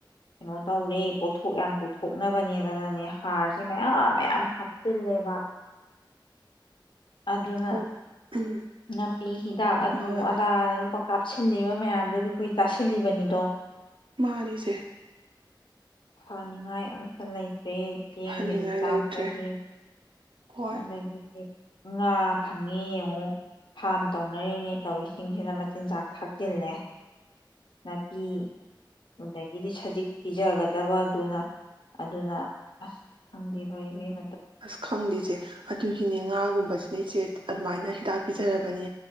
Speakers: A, on the left (about 75°); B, on the right (about 85°).
A: ꯀꯩꯅꯣ ꯇꯧꯔꯦ ꯄꯣꯠꯊꯣꯛ ꯌꯥꯝ ꯄꯨꯊꯣꯛꯅꯕꯅꯦꯗꯅꯅꯦ ꯍꯥꯔꯁꯦ ꯃꯌꯥꯝ ꯃꯌꯥꯝ ꯍꯥꯞꯆꯤꯜꯂꯦꯕ ꯑꯗꯨꯅ
B: ꯍ ꯎꯝ
A: ꯅꯥꯄꯤ ꯍꯤꯗꯥꯛ ꯑꯗꯨ
B: ꯃꯥꯅꯦ
A: ꯑꯗꯥꯗ ꯑꯗꯨꯝ ꯀꯥꯞꯁꯤꯜꯂꯤꯕ ꯃꯌꯥꯝꯗꯨꯗ ꯑꯩꯈꯣꯏ ꯇꯥꯁꯤꯜꯂꯤꯕꯅꯤꯗꯣ
B: ꯃꯥꯅꯤꯁꯦ
A: ꯐꯅꯤꯡꯉꯥꯏ ꯑꯝꯇ ꯂꯩꯇꯦ ꯆꯦ ꯆꯦꯡꯗꯒꯤ
B: ꯐꯅꯤꯡꯉꯥꯏ
A: ꯇꯥꯛꯇꯒꯤ
B: ꯂꯩꯇ꯭ꯔꯦ ꯍꯣꯏ
A: ꯑꯗꯒꯤꯗꯤ ꯉꯥ ꯐꯪꯉꯤ ꯌꯦꯡꯉꯣ ꯐꯥꯝ ꯇꯧꯅꯔꯤꯉꯩ ꯇꯧꯔꯤꯁꯤꯡꯁꯤꯅ ꯃꯆꯤꯟꯖꯥꯛ ꯊꯥꯛꯆꯤꯜꯂꯦ ꯅꯥꯄꯤ ꯑꯗꯒꯤꯗꯤ ꯁꯖꯤꯛ ꯄꯤꯖꯒꯗꯕꯗꯨꯅ ꯑꯗꯨꯅ ꯑꯁ ꯈꯪꯕ ꯏꯕꯦꯝ
B: ꯑꯁ ꯈꯪꯗꯦꯆꯦ ꯑꯗꯨꯒꯤꯅꯦ ꯉꯥꯒꯨꯝꯕꯁꯤꯅ ꯏꯆꯦ ꯑꯗꯨꯃꯥꯏꯅ ꯍꯤꯗꯥꯛ ꯄꯤꯖꯔꯕꯅꯤ